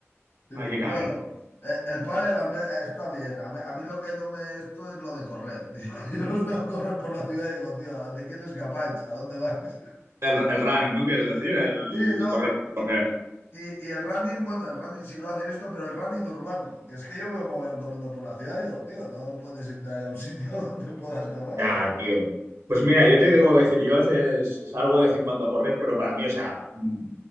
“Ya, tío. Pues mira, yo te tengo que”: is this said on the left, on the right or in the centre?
Right